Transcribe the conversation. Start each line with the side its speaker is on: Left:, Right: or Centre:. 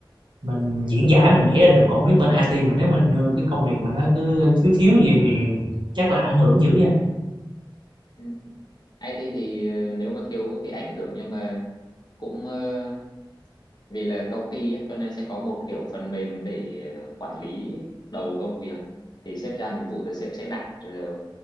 Right: mình diễn giải mình vẽ ra được còn không biết bên IT mà nếu mình đưa cái công việc mà nó cứ thiếu thiếu vậy thì chắc là ảnh hưởng dữ nha
Left: Ừ. IT thì ờ, nếu mà thiếu thì ảnh hưởng nhưng mà cũng ờ, vì là công ty á, cho nên sẽ có một kiểu phần mềm để ờ, quản lý đầu công việc thì sếp giao nhiệm vụ thì sếp sẽ đặt ờ,